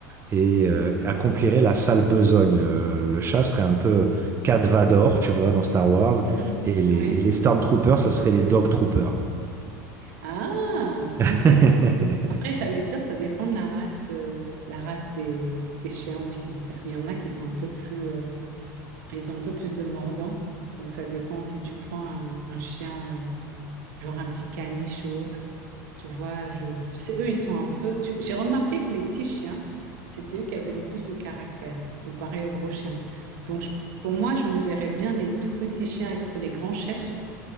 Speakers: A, on the right; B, on the right.
A: et euh, accompliraient la sale besogne. Euh, le chat serait un peu Cat Vador, tu vois, dans Star Wars.
B: Mhm.
A: Et les,
B: Oui.
A: et les Stormtroopers, ça serait les Dog Troopers.
B: Ah,
A: <laughs>
B: intéressant. Après, j'allais dire, ça dépend de la race, euh, la race des, des chiens aussi, parce qu'il y en a qui sont un peu plus, euh, Ils ont un peu plus de mordant. Donc, ça dépend si tu prends un, un chien, euh, genre un petit caniche ou autre. Tu vois, je, tu sais, eux, ils sont un peu. tu- J'ai remarqué que les petits chiens, c'était eux qui avaient le plus de caractère comparé aux gros chiens. Donc, je- pour moi, je me verrais bien les tout petits chiens être les grands chefs